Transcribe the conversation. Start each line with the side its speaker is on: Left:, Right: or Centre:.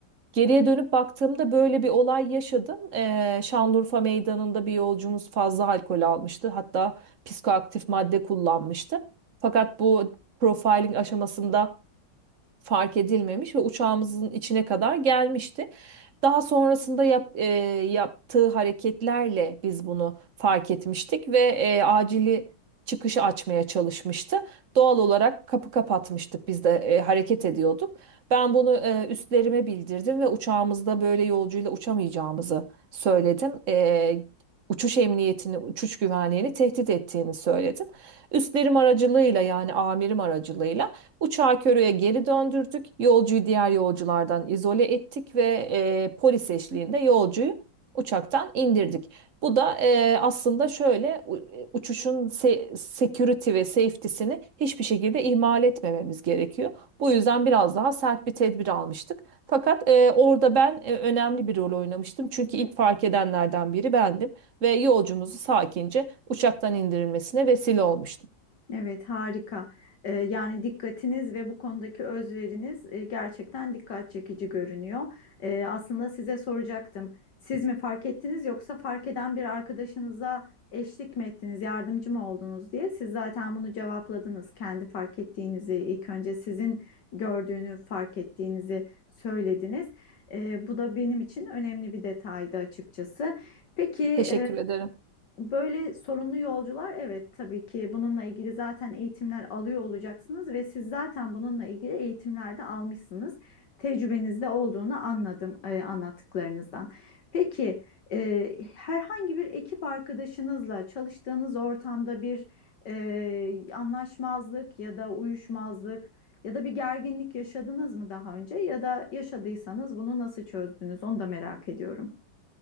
Right: Geriye dönüp baktığımda böyle bir olay yaşadım. E, Şanlıurfa Meydanı'nda bir yolcumuz fazla alkol almıştı. Hatta psikoaktif madde kullanmıştı. Fakat bu profiling aşamasında fark edilmemiş ve uçağımızın içine kadar gelmişti. Daha sonrasında yap- e, yaptığı hareketlerle biz bunu fark etmiştik ve e, acili çıkışı açmaya çalışmıştı. Doğal olarak kapı kapatmıştık biz de e, hareket ediyorduk. Ben bunu e, üstlerime bildirdim ve uçağımızda böyle yolcuyla uçamayacağımızı söyledim. E, uçuş emniyetini, uçuş güvenliğini tehdit ettiğini söyledim. Üstlerim aracılığıyla yani amirim aracılığıyla Uçağı Körü'ye geri döndürdük. Yolcuyu diğer yolculardan izole ettik ve e, polis eşliğinde yolcuyu uçaktan indirdik. Bu da e, aslında şöyle u- e, uçuşun se- security ve safety'sini hiçbir şekilde ihmal etmememiz gerekiyor. Bu yüzden biraz daha sert bir tedbir almıştık. Fakat e, orada ben e, önemli bir rol oynamıştım. Çünkü ilk fark edenlerden biri bendim ve yolcumuzu sakince uçaktan indirilmesine vesile olmuştum.
Left: Evet harika. Ee, yani dikkatiniz ve bu konudaki özveriniz e, gerçekten dikkat çekici görünüyor. Ee, aslında size soracaktım. Siz mi fark ettiniz yoksa fark eden bir arkadaşınıza eşlik mi ettiniz, yardımcı mı oldunuz diye. Siz zaten bunu cevapladınız. Kendi fark ettiğinizi, ilk önce sizin gördüğünü fark ettiğinizi söylediniz. Ee, bu da benim için önemli bir detaydı açıkçası. Peki
Right: Teşekkür ederim.
Left: Böyle sorunlu yolcular evet tabii ki bununla ilgili zaten eğitimler alıyor olacaksınız ve siz zaten bununla ilgili eğitimler de almışsınız. Tecrübenizde olduğunu anladım e, anlattıklarınızdan. Peki e, herhangi bir ekip arkadaşınızla çalıştığınız ortamda bir e, anlaşmazlık ya da uyuşmazlık ya da bir gerginlik yaşadınız mı daha önce ya da yaşadıysanız bunu nasıl çözdünüz onu da merak ediyorum.